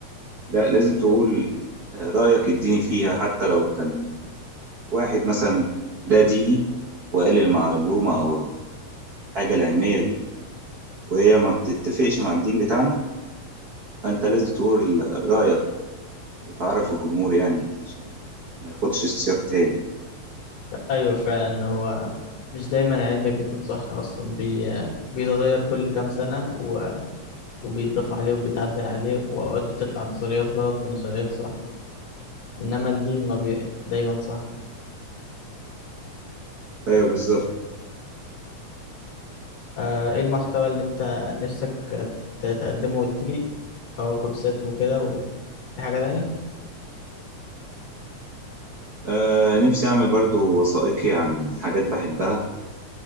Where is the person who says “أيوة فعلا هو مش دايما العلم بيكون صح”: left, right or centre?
Left